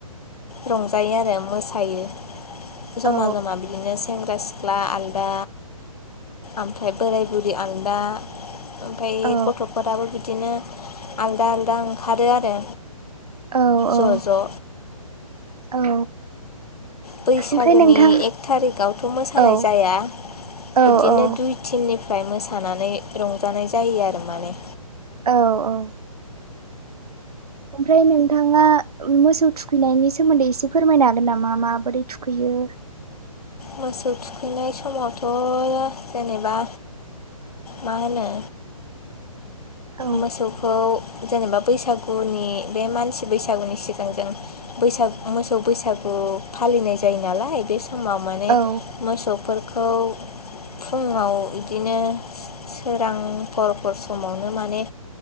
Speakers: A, on the left (about 80°); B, on the right (about 80°).
A: रंजायो आरो मोसायो जमा
B: औ
A: जमा बिदिनो सेंग्रा सिख्ला ख्ला आलदा ओमफ्राय बोराय बुरि आलदा ओमफाय
B: औ
A: गथ'फोराबो बिदिनो आलदा आलदा ओंखारो आरो
B: औ औ
A: ज' ज'
B: औ
A: बैसागोनि
B: ओमफ्राय नोंथां
A: एक थारिकआवथ' मोसानाय
B: औ
A: जाया
B: औ
A: बिदिनो
B: औ
A: दुइ टिमनिफ्राय मोसानानै रंजानाय जायो आरो माने।
B: औ औ ओमफ्राय नोंथाङा मोसौ थुखैनायनि सोमोन्दै एसे फोरमायनो हागोन नामा माबोरै थुखैयो?
A: मोसौ थुखैनाय समावथ' जेनेबा मा होनो।
B: औ
A: मोसौखौ जेनेबा बैसागुनि बे मानसि बैसागुनि सिगां बैसाग मोसौ बैसागु फालिनाय जायो नालाय बे समाव माने
B: औ
A: मोसौफोरखौ फुङाव बिदिनो सोरांफोरफोर समावनो माने